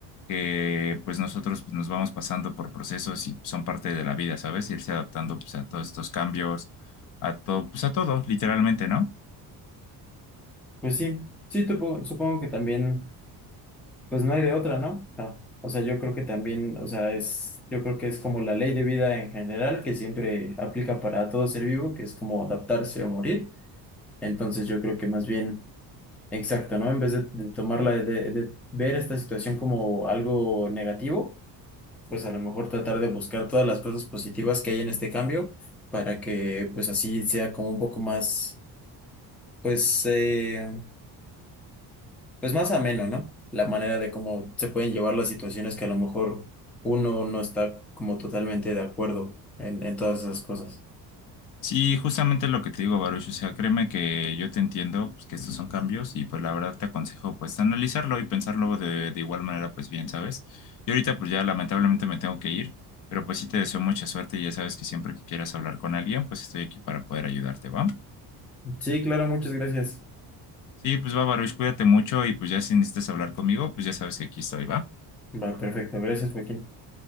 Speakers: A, on the left; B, in the centre.
A: que pues nosotros pues, nos vamos pasando por procesos y son parte de la vida, ¿sabes? Irse adaptando pues, a todos estos cambios, a todo, pues a todo, literalmente, ¿no?
B: Pues sí, sí, tupo- supongo que también, pues no hay de otra, ¿no? Ah, o sea, yo creo que también, o sea, es, yo creo que es como la ley de vida en general que siempre aplica para todo ser vivo, que es como adaptarse o morir. Entonces yo creo que más bien... Exacto, ¿no? En vez de, de tomarla, de, de- de ver esta situación como algo negativo, pues a lo mejor tratar de buscar todas las cosas positivas que hay en este cambio para que pues así sea como un poco más, pues, eh, pues más ameno, ¿no? La manera de cómo se pueden llevar las situaciones que a lo mejor uno no está como totalmente de acuerdo en, en todas esas cosas.
A: Sí, justamente lo que te digo, Baruch, o sea, créeme que yo te entiendo, pues que estos son cambios y pues la verdad te aconsejo pues analizarlo y pensarlo de, de igual manera pues bien, ¿sabes? y ahorita pues ya lamentablemente me tengo que ir, pero pues sí te deseo mucha suerte y ya sabes que siempre que quieras hablar con alguien pues estoy aquí para poder ayudarte, ¿va?
B: Sí, claro, muchas gracias.
A: Sí, pues va, Baruch, cuídate mucho y pues ya si necesitas hablar conmigo, pues ya sabes que aquí estoy, ¿va?
B: Va, perfecto. Gracias, Joaquín.